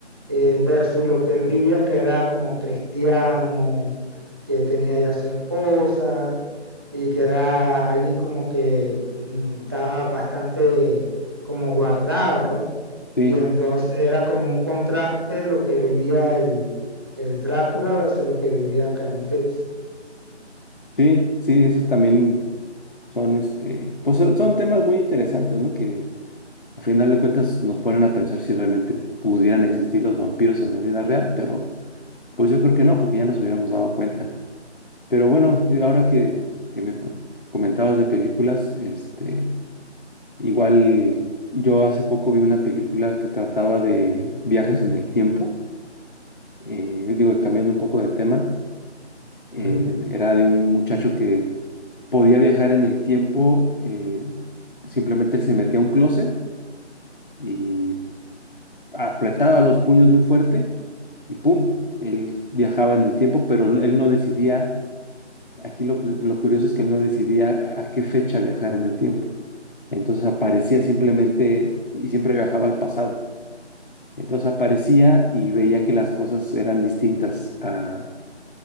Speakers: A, on the right; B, on the left.
A: eh, versus lo que él vivía, que era como cristiano, que tenía ya su esposa y que era alguien como que mm, estaba bastante como guardado, pues.
B: Sí,
A: Y entonces era como un contraste lo que vivía el, el Drácula versus lo que vivía Keanu Reeves.
B: sí, sí, esos también son, este, pues son, son temas muy interesantes, ¿no? Que al final de cuentas nos ponen a pensar si realmente pudieran existir los vampiros en la vida real, pero pues yo creo que no, porque ya nos hubiéramos dado cuenta. Pero bueno, di- ahora que, que me pro- comentabas de películas, este, igual yo hace poco vi una película que trataba de viajes en el tiempo, eh, digo, cambiando un poco de tema, eh,
A: Ujú.
B: era de un muchacho que podía viajar en el tiempo, eh, simplemente él se metía a un closet y apretaba los puños muy fuerte y ¡pum! Él viajaba en el tiempo, pero él no decidía Aquí lo, cu- lo curioso es que él no decidía a qué fecha viajar en el tiempo. Entonces aparecía simplemente y siempre viajaba al pasado. Entonces aparecía y veía que las cosas eran distintas a,